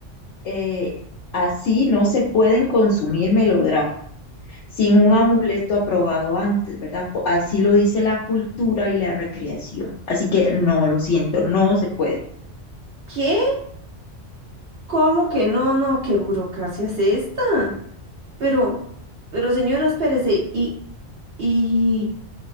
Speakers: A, on the left; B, on the right.
A: eh, así no se pueden consumir melodramas. sin un amuleto aprobado antes, ¿verdad? Po- Así lo dice la cultura y la recreación. Así que no, lo siento, no se puede.
B: ¿Qué? ¿Cómo que no? No, ¿qué burocracia es esta? Pero, pero señora, espérese y, y